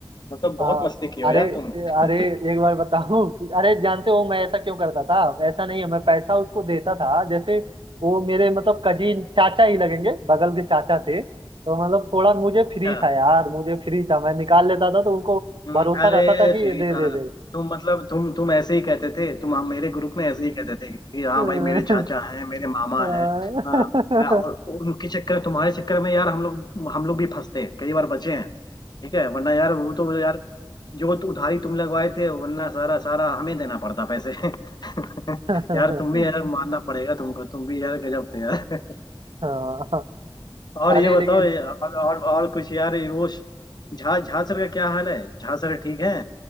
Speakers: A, on the left; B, on the right.
A: मतलब बहुत
B: हाँ
A: मस्ती की हो
B: अरे
A: यार तुम
B: अरे
A: <laughs>
B: एक बार बताऊं कि अरे जानते हो मैं ऐसा क्यों करता था ऐसा नहीं है मैं पैसा उसको देता था जैसे वो मेरे मतलब कजीन चाचा ही लगेंगे बगल के चाचा थे तो मतलब थोड़ा मुझे फ्री
A: अच्छा,
B: था यार मुझे फ्री था मैं निकाल लेता था तो उनको
A: हम्म,
B: भरोसा
A: अरे
B: रहता था कि
A: फिर
B: ये
A: ही
B: दे
A: था
B: दे
A: तुम मतलब तुम तुम ऐसे ही कहते थे तुम हम मेरे ग्रुप में ऐसे ही कहते थे कि हाँ
B: दे
A: भाई मेरे
B: <laughs>
A: चाचा हैं मेरे मामा
B: <laughs> अरे
A: हैं हाँ, और उनके चक्कर तुम्हारे चक्कर में यार हम लोग हम लोग भी फंसते हैं कई बार बचे हैं ठीक है वरना यार वो तो यार जो तु- उधारी तुम लगवाए थे वरना सारा सारा हमें देना पड़ता पैसे <laughs>
B: <laughs>
A: यार तुम भी यार मानना पड़ेगा तुमको तुम भी यार गजब थे यार
B: हाँ
A: और
B: अरे
A: ये बताओ
B: लेकिन
A: ये- और और, और कुछ यार ये वो श- झा झा सर का क्या हाल है झा सर ठीक है